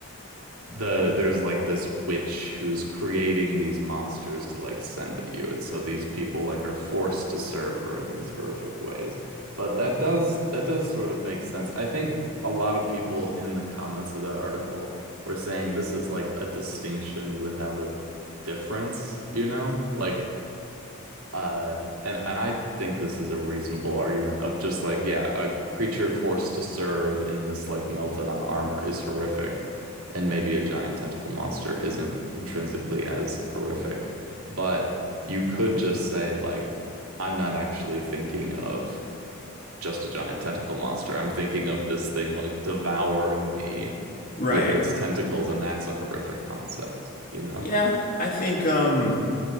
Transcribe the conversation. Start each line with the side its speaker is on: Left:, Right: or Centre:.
Right: the there's like this witch who's creating these monsters to like send at you and so these people like are forced to serve her in these horrific ways but that does that does sort of make sense I think a lot of people in the comments of that article were saying this is like a distinction without a difference you know like uh, and and I think this is a reasonable argument of just like, yeah, a creature forced to serve in this like melted on armor is horrific, and maybe a giant tentacle monster isn't intrinsically as horrific, but you could just say like, I'm not actually thinking of just a giant tentacle monster. I'm thinking of this thing like devouring me
Left: Right.
Right: with its tentacles, and that's a horrific concept, you know?
Left: Yeah, I think um